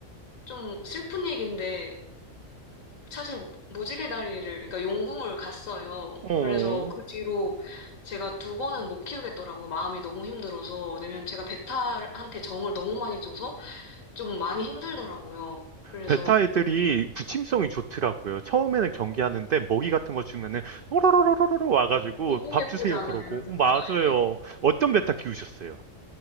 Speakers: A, on the left; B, on the right.
A: 좀 슬픈 얘기인데 사실 무지개 다리를, 그러니까 용궁을 갔어요.
B: 어.
A: 그래서 그 뒤로 제가 두 번은 못 키우겠더라고요. 마음이 너무 힘들어서. 왜냐면 제가 베타한테 정을 너무 많이 줘서 좀 많이 힘들더라고요. 그래서
B: 베타 애들이 부침성이 좋더라고요. 처음에는 경계하는데 먹이 같은 거 주면은 오로로로로로 와가지고
A: 너무
B: 밥
A: 예쁘잖아요,
B: 주세요 그러고
A: 정말.
B: 어, 맞아요. 어떤 베타 키우셨어요?